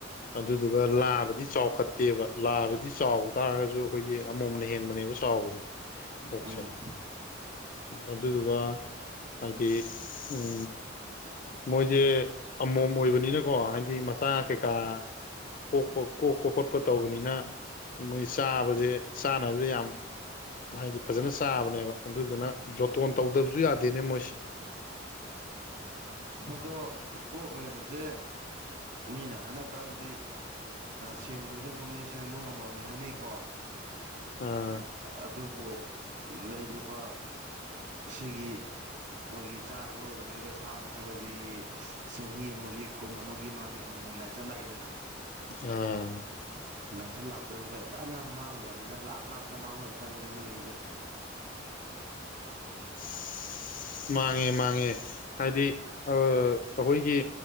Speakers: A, on the left (about 45°); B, on the right (about 60°).
A: ꯑꯗꯨꯗꯨꯒ ꯂꯥꯕꯗꯤ ꯆꯥꯎꯈꯠꯇꯦꯕ ꯂꯥꯕꯗꯤ ꯆꯥꯎ ꯇꯥꯔꯒꯁꯨ ꯑꯩꯈꯣꯏꯒꯤ ꯑꯃꯣꯝꯅ ꯍꯦꯟꯕꯅꯦꯕ ꯆꯥꯎꯕꯁꯦ ꯑꯣꯛꯁꯦ
B: ꯎꯝ
A: ꯑꯗꯨꯗꯨꯒ ꯍꯥꯏꯗꯤ ꯎꯝ ꯃꯣꯏꯖꯦ ꯑꯃꯣꯝ ꯑꯣꯏꯕꯅꯤꯅꯀꯣ ꯍꯥꯏꯗꯤ ꯃꯆꯥ ꯀꯩꯀꯥ ꯄꯣꯛꯄ ꯀꯣꯛꯄ ꯈꯣꯠꯄ ꯇꯧꯕꯅꯤꯅ ꯃꯣꯏ ꯆꯥꯕꯁꯦ ꯆꯥꯅꯕꯁꯦ ꯌꯥꯝ ꯍꯥꯏꯗꯤ ꯐꯖꯅ ꯆꯥꯕꯅꯦꯕ ꯑꯗꯨꯗꯨꯅ ꯖꯣꯇꯣꯟ ꯇꯧꯗꯕꯁꯨ ꯌꯥꯗꯦꯅꯦ ꯃꯣꯏꯁꯤ
B: ꯃꯗꯣ ꯑꯣꯛ ꯂꯣꯏꯕꯁꯦ ꯃꯤꯅ ꯍꯥꯏꯅ ꯀꯥꯟꯗꯗꯤ ꯁꯦꯟ ꯇꯨꯡꯖꯟꯒꯨꯝꯕꯅꯤ ꯁꯦꯟꯕꯨꯝ ꯑꯃꯃꯝꯅꯤ ꯍꯥꯏꯅꯩꯀꯣ
A: ꯑꯥ
B: ꯑꯗꯨꯕꯨ ꯂꯩꯔꯤꯕ ꯑꯁꯤꯒꯤ ꯑꯩꯈꯣꯏꯒꯤ ꯆꯥꯅꯕ ꯂꯣꯏꯅꯔꯤꯕ ꯁꯥ ꯃꯈꯜ ꯑꯁꯤ ꯆꯍꯤ ꯑꯃꯒꯤ ꯀꯨꯝ ꯑꯃꯒꯤ ꯃꯥꯒꯤ ꯑꯃꯨꯛ ꯂꯥꯢ ꯆꯠ ꯂꯥꯛꯏꯗꯅ
A: ꯑꯥ
B: ꯂꯥꯏꯁꯠ ꯂꯥꯛꯄꯁꯤꯗ ꯂꯥꯏꯃ ꯌꯥꯝ ꯃꯥꯡꯒ꯭ꯔꯖꯥꯠꯅꯤꯗ ꯂꯥꯛ ꯂꯥꯛꯇ ꯃꯥꯡꯅꯕꯖꯥꯠꯅꯤꯗ ꯃꯤꯉꯩꯁꯦ <inaudible>
A: <inaudible> ꯃꯥꯡꯉꯦ ꯃꯥꯡꯉꯦ ꯍꯥꯏꯗꯤ ꯑ ꯑꯈꯣꯏꯒꯤ